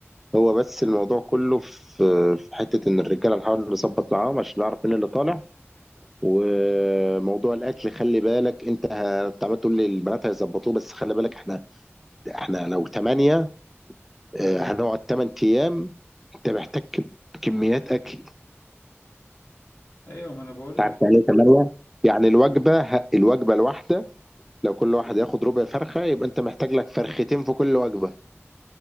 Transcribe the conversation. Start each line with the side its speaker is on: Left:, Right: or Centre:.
Centre: هو بس الموضوع كله في في حته ان الرجاله نحاول نظبط معاهم عشان نعرف مين اللي طالع وموضوع الاكل خلي بالك انت ه- انت عمال تقول لي البنات هيظبطوه بس خلي بالك احنا احنا لو ثمانية هنقعد ثمان ايام انت محتاج كميات اكل
Left: ايوه ما انا بقول
Centre: تعرف
Left: لك
Centre: يعني ايه ثمانية يعني الوجبة ه- الوجبة الواحدة لو كل واحد ياخد ربع فرخة يبقى انت محتاج لك فرختين في كل وجبة